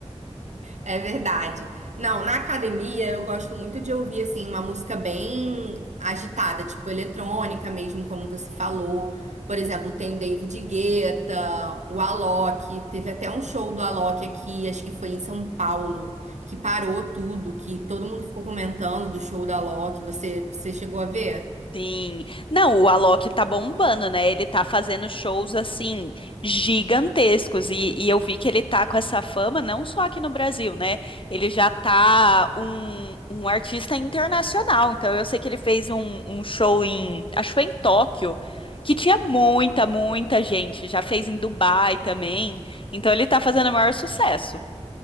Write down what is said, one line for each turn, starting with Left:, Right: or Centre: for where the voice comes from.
Right: É verdade. Não, na academia eu gosto muito de ouvir assim uma música bem agitada, tipo eletrônica mesmo, como você falou. Por exemplo, tem o David Guetta, o Alok, teve até um show do Alok aqui, acho que foi em São Paulo, que parou tudo, que todo mundo ficou comentando do show do Alok. Você, você chegou a ver?
Left: Sim. Não, o Alok tá bombando, né? Ele tá fazendo shows assim gigantescos e, e eu vi que ele tá com essa fama não só aqui no Brasil, né? Ele já tá um, um artista internacional. Então eu sei que ele fez um, um show em, acho que foi em Tóquio, que tinha muita, muita gente. Já fez em Dubai também. Então ele tá fazendo o maior sucesso.